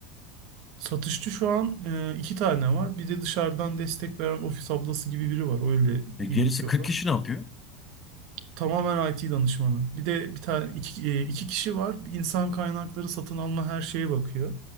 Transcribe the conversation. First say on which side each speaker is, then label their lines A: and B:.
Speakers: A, on the right; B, on the left.
A: Satışçı şu an e, iki tane var. Bir de dışarıdan destek veren ofis ablası gibi biri var. Öyle
B: E, gerisi
A: yürütüyorlar.
B: 40 kişi ne yapıyor?
A: Tamamen IT danışmanı. Bir de bir tane iki, e, iki kişi var. İnsan kaynakları satın alma her şeye bakıyor.